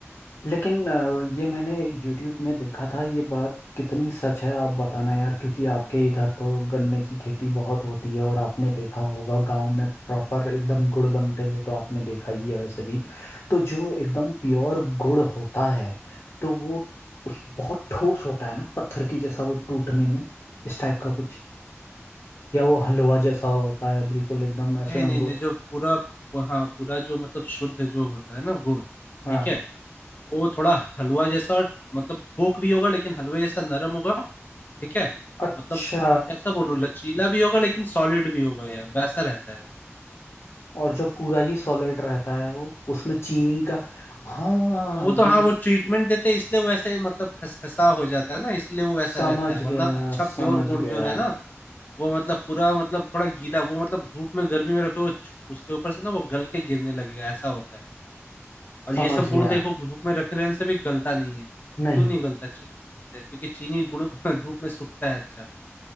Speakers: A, on the left; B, on the left.
A: लेकिन अ, ये मैंने YouTube में देखा था ये बात कितनी सच है आप बताना यार क्योंकि आपके इधर तो गन्ने की खेती बहुत होती है और आपने देखा होगा गांव में प्रॉपर एकदम गुड़ बनते हुए तो आपने देखा ही है वैसे भी तो जो एकदम प्योर गुड़ होता है तो वो उस बहुत ठोस होता है ना पत्थर की जैसा वो टूटने में इस टाइप का कुछ या वो हलवा जैसा होता है बिल्कुल एकदम ऐसे
B: नहीं
A: अंगूर
B: नहीं नहीं जो पूरा हाँ पूरा जो मतलब शुद्ध जो होता है ना गुड़
A: हाँ
B: ठीक है वो थोड़ा हलवा जैसा और मतलब थोक भी होगा लेकिन हलवे जैसा नरम होगा ठीक है
A: अच्छा
B: मतलब वो कैसा बोलूं लचीला भी होगा लेकिन सॉलिड भी होगा यार वैसा रहता है वो
A: और जो पूरा ही सॉलिड रहता है वो उसमें चीनी का हाँ
B: वो
A: ये
B: तो हाँ वो ट्रीटमेंट देते हैं इसलिए वो ऐसे मतलब खसखसा हो जाता है ना इसलिए वो वैसा
A: समझ
B: रहता है
A: गया
B: वरना अच्छा प्योर
A: समझ
B: गुड़
A: गया
B: जो रहे ना वो मतलब पूरा मतलब थोड़ा गीला वो मतलब धूप में गर्मी में रखे वो छु- उसके ऊपर से ना वो गल के गिरने लगेगा ऐसा होता है और
A: समझ
B: ये सब गुण
A: गया
B: देखो धूप में रखे रहने से भी गलता नहीं है क्यों
A: नहीं
B: नहीं गलता चीनी से? क्योंकि चीनी गुण <laughs> धूप में सूखता है अच्छा